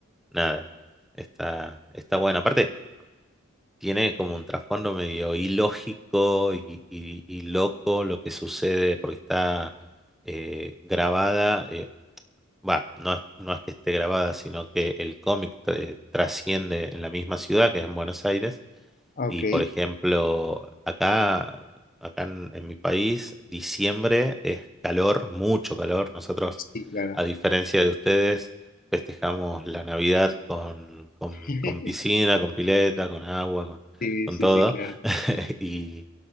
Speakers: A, in the centre; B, on the left.
A: nada, está, está bueno. Aparte, tiene como un trasfondo medio ilógico y, y- y loco lo que sucede porque está eh, grabada. eh, Va, no es, no es que esté grabada, sino que el cómic eh, trasciende en la misma ciudad, que es en Buenos Aires,
B: Ok.
A: y por ejemplo, acá, acá en, en mi país, diciembre es calor, mucho calor. Nosotros,
B: Sí, claro.
A: a diferencia de ustedes, festejamos la Navidad con, con-
B: <laughs>
A: con piscina, con pileta, con agua, con,
B: Sí,
A: con
B: sí,
A: todo.
B: sí, claro.
A: <laughs> Y,